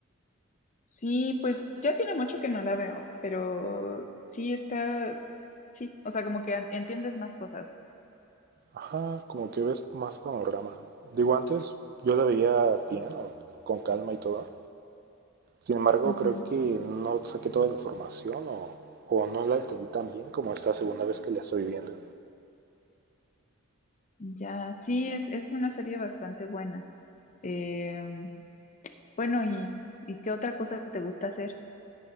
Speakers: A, on the left; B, on the right.
A: Sí, pues ya tiene mucho que no la veo, pero sí está. Sí, o sea, como que an- entiendes más cosas.
B: Ajá, como que ves más panorama. Digo, antes yo la veía bien, o con calma y todo. Sin embargo,
A: Ujú.
B: creo que no saqué toda la información o, o no la entendí tan bien como esta segunda vez que la estoy viendo.
A: Ya, sí, es, es una serie bastante buena. Em, bueno, ¿y, y qué otra cosa te gusta hacer?